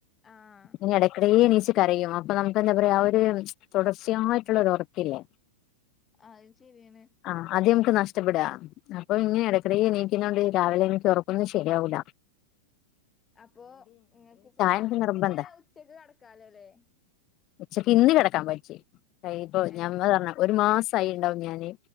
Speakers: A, on the left; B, on the left.
A: ആഹ്
B: അ ഇടക്കിടെണീച്ച് കരയും അപ്പൊ നമുക്ക് എന്താ പറയാ ഒരു- തുടർച്ചയായിട്ടുള്ളരു ഉറക്കില്ലേ
A: ആ അത് ശരിയാണ്
B: ആഹ് അത് നമുക്ക് നഷ്ടപ്പെടാ അപ്പൊ ഇങ്ങനെ ഇടയ്ക്കിടെ എനീക്കുന്നണ്ട് രാവിലെ എനിക്ക് ഉറക്കൊന്നും ശരിയാകുല
A: അപ്പൊ നിങ്ങക്ക് ആ
B: എനിക്ക്
A: നിങ്ങക്ക്
B: നിർബന്ധ
A: പിന്നെ ഉച്ചക്ക് കിടക്കാലോല്ലേ
B: ഉച്ചകിന്ന് കിടക്കാൻ പറ്റി ഇപ്പൊ
A: ഏഹ്
B: ഞമ്മ പറഞ്ഞ ഒരു മാസം സായി ഉണ്ടാവും ഞാന്